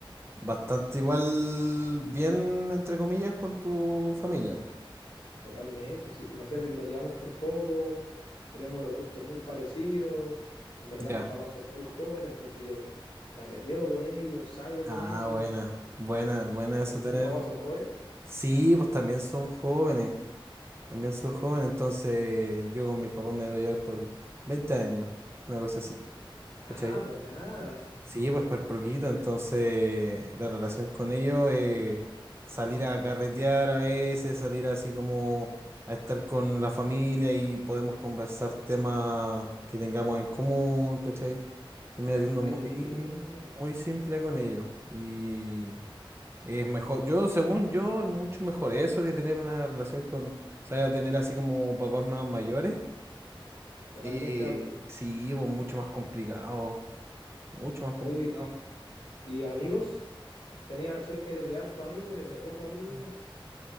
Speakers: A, on the right; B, on the left.
A: Bastante igual, bien, entre comillas, con tu familia.
B: Totalmente, sí. Imagínate que nos llevamos por poco, tenemos los gustos muy parecidos, en verdad
A: Ya.
B: mis papás son muy jóvenes, entonces yo carreteo con ellos, salgo
A: Ah,
B: con ellos.
A: buena, buena, buena eso tener.
B: ¿Tus papás son jóvenes?
A: Sí, pues también son jóvenes, también son jóvenes, entonces yo con mi papá me debo llevar por 20 años, una cosa así,
B: Ah,
A: ¿cachai?
B: pues nada.
A: Sí, pues por poquito, entonces la relación con ellos es salir a carretear a veces, salir así como a estar con la familia y podemos conversar temas que tengamos en común, ¿cachai? Termina siendo
B: Ah,
A: muy,
B: qué buena.
A: muy simple con ellos y... Es mejor, yo, según yo, es mucho mejor eso que tener una relación con, o sea, tener así como papás más mayores.
B: Totalmente
A: Eh,
B: de acuerdo.
A: sí, pues mucho más complicado, mucho más
B: Oye,
A: complicado.
B: ¿y, y amigos? Tenía, soy, eres de harto amigo, eres de poco amigos.
A: <clears throat>